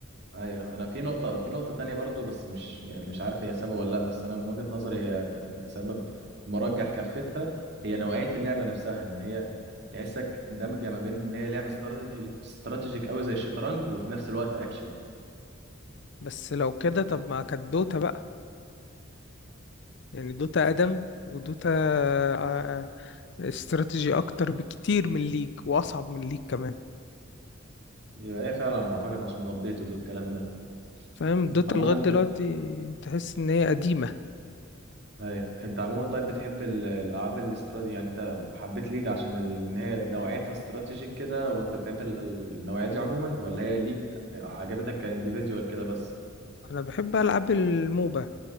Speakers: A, on the right; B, on the left.
A: أيوه أنا في نقطة في نقطة تانية برضو بس مش يعني مش عارف هي سبب ولا لأ بس أنا من وجهة نظري هي سبب مرجح كفتها هي نوعية اللعبة نفسها إن هي تحسك دمجة ما بين إن هي لعبة استراتيجي استراتيجيك قوي زي الشطرنج وفي نفس الوقت أكشن
B: بس لو كده طب ما كانت دوتا بقى يعني دوتا أقدم ودوتا آه، استراتيجي أكتر بكتير من ليج وأصعب من ليج كمان
A: يبقى ايه فعلا اعتقد عشان ابديت ودو الكلام ده
B: فاهم
A: انت
B: دوتا
A: عموما
B: لغاية دلوقتي تحس إن هي قديمة
A: ايوه انت عموما طيب بتحب ال- الالعاب الاستراتيجي يعني انت حبيت ليج عشان ال- ان هي نوعيتها استراتيجيك كده وانت بتحب ال- ال- النوعيه دي عموما ولا هي ليج عجبتك كانديفيديوال كده بس
B: أنا بحب ألعاب الموبا